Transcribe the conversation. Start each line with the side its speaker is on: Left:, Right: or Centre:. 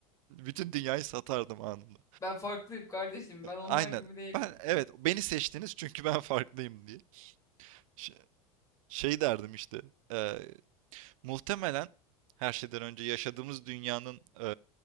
Right: Bütün dünyayı satardım anında.
Left: Ben farklıyım kardeşim. Ben onlar
Right: Aynen.
Left: gibi değilim.
Right: Ben evet beni seçtiniz çünkü ben farklıyım diye. Ş- şey derdim işte. e, muhtemelen her şeyden önce yaşadığımız dünyanın e,